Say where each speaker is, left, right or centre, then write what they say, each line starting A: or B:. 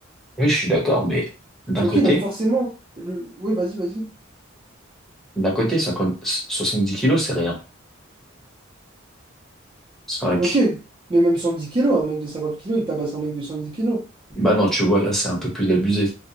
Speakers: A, in the centre; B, on the right.
A: Oui, je suis d'accord, mais d'un
B: Ok,
A: côté,
B: donc forcément, le... oui, vas-y, vas-y.
A: d'un côté, 50 70 kilos, c'est rien. C'est vrai
B: Ok,
A: que-
B: mais même 110 kilos, un mec de 50 kilos, il tabasse un mec de 110 kilos.
A: Bah non, tu vois, là, c'est un peu plus abusé.